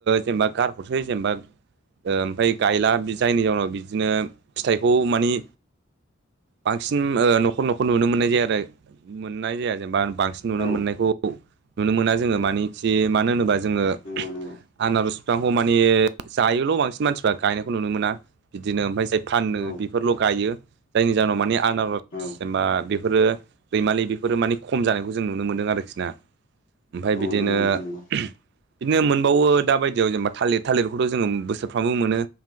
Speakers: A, on the right (about 55°); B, on the left (about 70°).
A: जेनेबा गारहरसै जेनेबा ओमफ्राय गायला जायनि जाउनाव बिदिनो फिथाइखौ मानि बांसिन न'खर न'खर नुनो मोननाय जाया आरो मोननाय जाया जेनेबा बांसिन नुनो
B: औ
A: मोननायखौ नुनो मोना जोङो मानखि मानो होनोबा जोङो
B: नंगौ नंगौ
A: आनारस बिफांखौ माने जायोल बांसिन मानसिफ्रा माने गायनायखौ नुनो मोना बिदिनो फाननो
B: औ
A: बेफोरल' गायो जायनि जाहोनाव माने आनार
B: औ
A: जेनबा बे बेफोरो रैमाललि बेफोरो मानिे खम जानायखौ जों नुनो मोन्दों आरोखि ना। ओमफफ्राय
B: औ
A: बिदिनो
B: नंगौ नोंथां नंगौ
A: बिदिनो मोनबावो दा बायदियाव जेनेबा थालिर थालिरखौथ' जोङो बोसोरफ्रामबो मोनो।